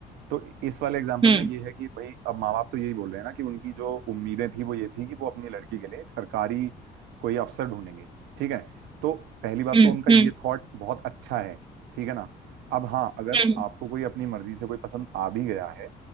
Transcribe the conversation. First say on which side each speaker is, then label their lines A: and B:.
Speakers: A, on the right (about 85°); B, on the right (about 30°).
A: तो इस वाले एग्जाम्पल
B: हम्म
A: में ये है कि भाई अब माँ बाप तो यही बोल रहे हैं ना कि उनकी जो उम्मीदें थी वो ये थी कि वो अपनी लड़की के लिए एक सरकारी कोई अफसर ढूंढेंगे ठीक है तो पहली बात
B: हम्म
A: तो उनका
B: हम्म
A: ये थॉट बहुत अच्छा है ठीक है ना अब हाँ अगर
B: हम्म
A: आपको कोई अपनी मर्जी से कोई पसंद आ भी गया है